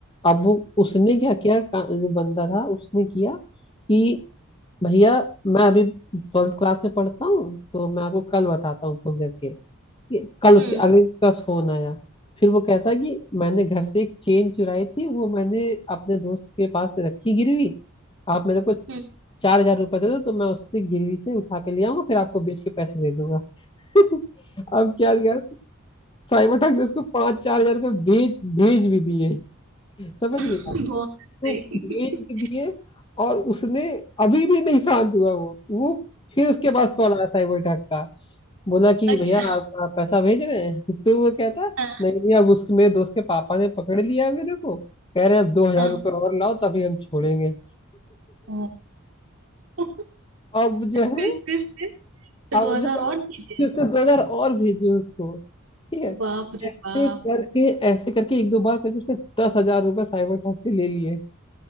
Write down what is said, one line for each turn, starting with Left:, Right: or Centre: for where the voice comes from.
Left: अब वो उसने क्या किया का- जो बंदा था उसने किया कि भैया मैं अभी ट्वेल्थ क्लास में पढ़ता हूँ तो मैं आपको कल बताता हूँ फोन करके ये कल उसके
Right: हम्म
Left: अगले दिन का फोन आया फिर वो कहता है कि मैंने घर से एक चेन चुराई थी वो मैंने अपने दोस्त के पास रखी गिरवी आप मेरे को
Right: हम्म।
Left: चार हजार रुपये दे दो तो मैं उससे गिरवी से उठा के ले आऊंगा फिर आपको बेच के पैसे दे दूंगा <laughs> अब क्या यार साइबर ठग ने उसको पांच चार हजार रुपये बेच भेज भी दिए समझ रही
Right: <laughs>
Left: आप
Right: बहुत सही
Left: तो भेज भी दिए और उसने अभी भी नहीं शांत हुआ वो वो फिर उसके पास कॉल आया साइबर ठग का बोला कि
Right: अच्छा
Left: भैया आपका पैसा भेज रहे हैं <laughs> तो वो कहता
Right: हाँ।
Left: नहीं नहीं अब उसके मेरे दोस्त के पापा ने पकड़ लिया है मेरे को कह रहे हैं अब दो हजार
Right: हाँ
Left: रुपये और लाओ तभी हम छोड़ेंगे
Right: ओ <laughs>
Left: अब जो है
Right: फिर फिर फिर फिर
Left: अब
Right: दो हजार
Left: जो है
Right: और दीजिए
Left: कि उसने दो हजार और भेजे उसको ठीक है
Right: तो बाप रे
Left: ऐसे
Right: बाप
Left: करके ऐसे करके एक दो बार करके उसने दस हजार रुपये साइबर ठग से ले लिए